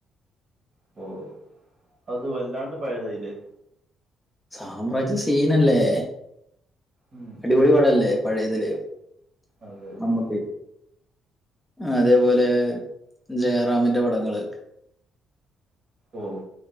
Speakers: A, on the right; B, in the centre.
A: പ്പൊ അത് വല്ലാണ്ട് പഴയതായില്ലേ.
B: സാമ്രാജ്യം സീനല്ലേ
A: ഉം
B: അടിപൊളി പടല്ലേ പഴയതില്.
A: അതെ അതെ
B: നമ്മക്കെ. അതേപോലെ ജയറാമിന്റെ പടങ്ങള്.
A: ഓ